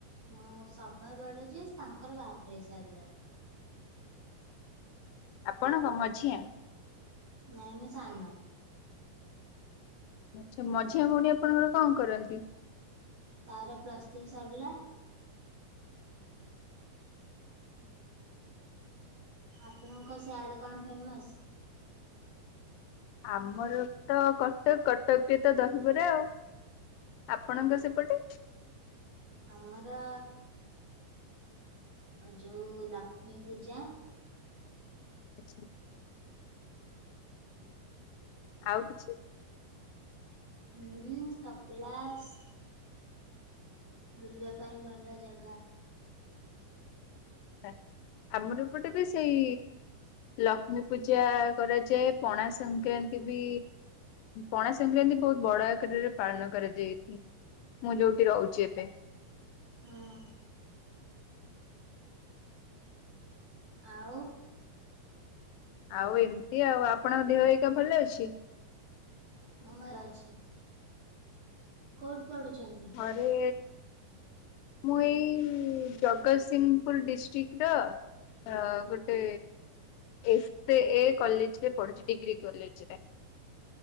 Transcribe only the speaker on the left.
ଆପଣ କଁ ମଝିଆ
ସେ ମଝିଆ ଭଉଣୀ ଆପଣଙ୍କର କଣ କରନ୍ତି?
ଆମର ତ କଟକ କଟକରେ ତ ଦହିବରା ଆଉ ଆପଣଙ୍କ ସେପଟେ
ଆଛା <unintelligible> ଆଉ କିଛି
ଆଛା ଆମର ଏପଟେ ବି ସେଇ ଲକ୍ଷ୍ମୀ ପୂଜା କରାଯାଏ ପଣା ସଂକ୍ରାନ୍ତି ବି ପଣା ସଂକ୍ରାନ୍ତି ବହୁତ ବଡ ଆକାରରେ ପାଳନ କରାଯାଏ ମୁଁ ଯୋଉଠି ରହୁଛି ଏବେ
ଆଉ ଏମିତି ଆଉ ଆପଣଙ୍କ ଦେହ ଏଇକା ଭଲ ଅଛି।
ଘରେ ମୁଁ ଏଇ ଜଗତସିଂହପୁର ଡିଷ୍ଟ୍ରିକ୍ଟ ର ଅ ଗୋଟେ ଏ ଏ କଲେଜରେ ପଢୁଛି ଡିଗ୍ରୀ କଲେଜରେ।